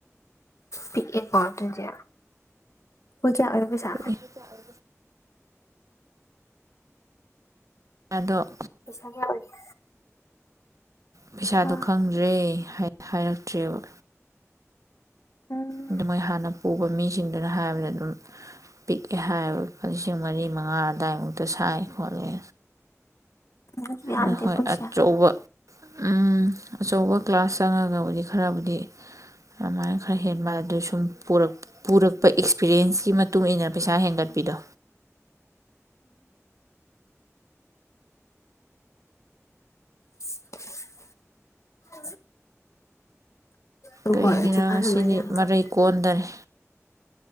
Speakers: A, on the left; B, on the right.
A: ꯄꯤꯛ ꯑꯦꯀꯣ ꯑꯗꯨꯗꯤ ꯍꯣꯏ ꯀꯌꯥ ꯑꯣꯏꯅꯣ ꯄꯩꯁꯥ
B: ꯄꯤꯛꯑꯦ ꯑꯗꯣ
A: ꯄꯩꯁꯥ ꯀꯌꯥ ꯑꯣꯏꯒꯦ
B: ꯄꯩꯁꯥꯗꯣ
A: ꯑ
B: ꯈꯪꯗ꯭ꯔꯦ ꯍꯥꯏꯔꯛꯇ꯭ꯔꯦꯕ
A: ꯎꯝ
B: ꯑꯗꯨ ꯃꯣꯏ ꯍꯥꯟꯅ ꯄꯨꯕ ꯃꯤꯁꯤꯡꯗꯨꯅ ꯍꯥꯏꯕꯗ ꯑꯗꯨꯝ ꯄꯤꯛꯑꯦ ꯍꯥꯏꯌꯦꯕ ꯂꯨꯄꯥ ꯂꯤꯁꯤꯡ ꯃꯔꯤ ꯃꯉꯥ ꯑꯗꯨꯏꯃꯨꯛꯇ ꯁꯥꯏ ꯈꯣꯠꯂꯦ
A: ꯑꯗꯨ ꯌꯥꯝꯇꯦꯀꯣ
B: ꯑ ꯍꯣꯏ
A: ꯏꯆꯦ
B: ꯑꯆꯧꯕ ꯎꯝ ꯑꯆꯧꯕ ꯀ꯭ꯂꯥꯁ ꯆꯪꯉꯒ ꯍꯥꯏꯗꯤ ꯈꯔꯕꯨꯗꯤ ꯑꯗꯨꯃꯥꯏꯅ ꯈꯔ ꯍꯦꯟꯕ ꯑꯗꯨ ꯁꯨꯝ ꯄꯨꯔꯛꯄ ꯑꯦꯛꯁꯄꯤꯔꯌꯦꯟꯁ ꯒꯤ ꯃꯇꯨꯡ ꯃꯇꯨꯡꯏꯟꯅ ꯄꯩꯁꯥ ꯍꯦꯟꯒꯠꯄꯤꯗꯣ
A: <inaudible> ꯑ
B: ꯀꯩꯒꯤꯅꯣ
A: ꯍꯣꯏ ꯍꯧꯖꯤꯛꯀꯥꯟ
B: ꯉꯁꯤꯗꯤ
A: ꯑꯗꯨꯃꯥꯏ ꯌꯥꯝ
B: ꯃꯔꯩ
A: ꯇꯧꯅꯩ꯫
B: ꯀꯣꯟꯗꯔꯦ